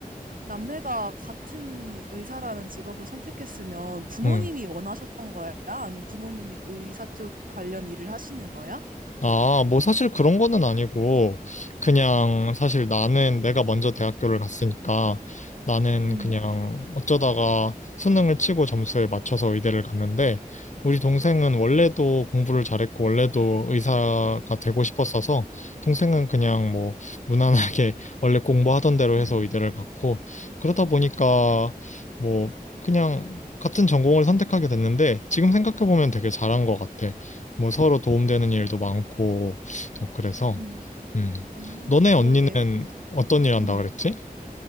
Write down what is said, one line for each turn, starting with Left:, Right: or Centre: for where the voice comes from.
Right: 남매가 같은 의사라는 직업을 선택했으면 부모님이
Left: 음.
Right: 원하셨던 거야? 아니면 부모님이 의사 쪽 관련 일을 하시는 거야?
Left: 아, 뭐 사실 그런 거는 아니고, 그냥 사실 나는 내가 먼저 대학교를 갔으니까 나는
Right: 음,
Left: 그냥 어쩌다가 수능을 치고 점수에 맞춰서 의대를 갔는데, 우리 동생은 원래도 공부를 잘했고, 원래도 의사가 되고 싶었어서, 동생은 그냥 뭐 무난하게 <laughs> 원래 공부하던 대로
Right: 음,
Left: 해서 의대를 갔고, 그러다 보니까 뭐 그냥 같은 전공을 선택하게 됐는데, 지금 생각해보면 되게 잘한 것 같아. 뭐 서로 도움되는 일도 많고, 어, 그래서,
Right: 음,
Left: 음.
Right: 음,
Left: 너네
Right: 그러게.
Left: 언니는
Right: 부-
Left: 어떤 일 한다
Right: 음.
Left: 그랬지?